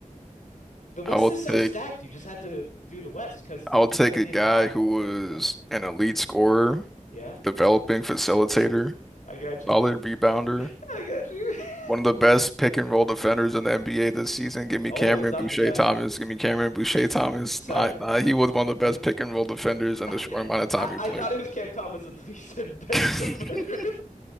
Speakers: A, on the left; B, in the centre.
A: The West
B: I will
A: is so
B: take,
A: stacked. You just had to do the West because
B: I will take
A: they didn't
B: a guy
A: have
B: who
A: all stars,
B: was
A: you know?
B: an elite scorer,
A: Yeah,
B: developing facilitator,
A: I got you.
B: solid rebounder,
A: <laughs> I got you. <laughs>
B: one of the best pick and roll defenders in the NBA this season. Give me
A: Oh,
B: Cameron
A: it's not
B: Boucher
A: the guy.
B: Thomas. Give me Cameron Boucher Thomas.
A: Sorry.
B: Nah,
A: I,
B: nah, he was one of
A: you-
B: the best pick and roll defenders
A: <laughs>
B: in the short amount of time
A: I,
B: he
A: I
B: played.
A: thought it was Cam Thomas until you said best
B: <laughs>
A: defender.